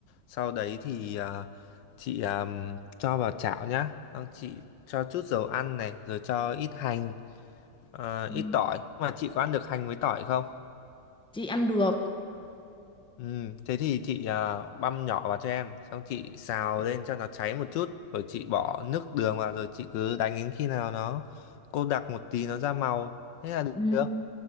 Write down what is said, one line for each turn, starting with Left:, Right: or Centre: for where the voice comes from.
Left: Sau đấy thì à, chị à, cho vào chảo nhá. Xong chị cho chút dầu ăn này, rồi cho ít hành, à,
Centre: Ừ.
Left: ít tỏi. Mà chị có ăn được hành với tỏi không?
Centre: Chị ăn được
Left: Ừ, thế thì chị à, băm nhỏ vào cho em. Xong chị xào lên cho nó cháy một chút. Rồi chị bỏ nước đường vào, rồi chị cứ đánh đến khi nào nó cô đặc một tí nó ra màu. Thế là
Centre: Ừ.
Left: được.